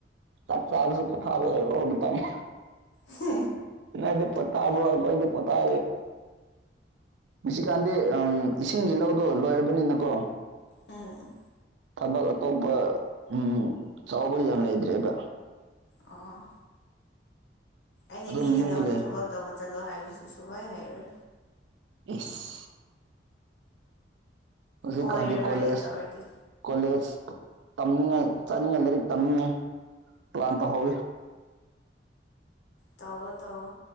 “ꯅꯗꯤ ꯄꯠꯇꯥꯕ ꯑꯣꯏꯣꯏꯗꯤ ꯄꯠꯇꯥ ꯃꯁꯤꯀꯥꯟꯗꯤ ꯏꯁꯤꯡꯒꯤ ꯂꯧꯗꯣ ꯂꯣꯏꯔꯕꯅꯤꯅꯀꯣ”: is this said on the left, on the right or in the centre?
Right